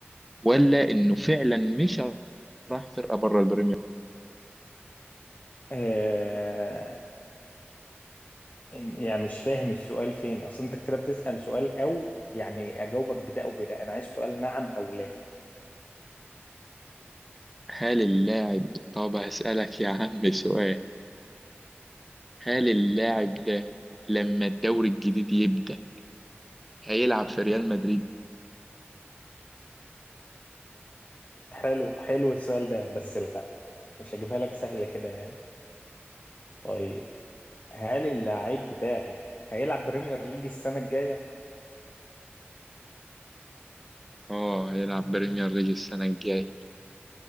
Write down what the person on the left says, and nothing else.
آه يعني مش فاهم السؤال فين اصل انت كده بتسأل سؤال او يعني اجاوبك بده او بده انا عايز سؤال نعم او لا
حلو حلو السؤال ده بس لا مش هجيبها لك سهلة كده يعني طيب هل اللاعب بتاعي هيلعب بريمير ليج السنة الجاية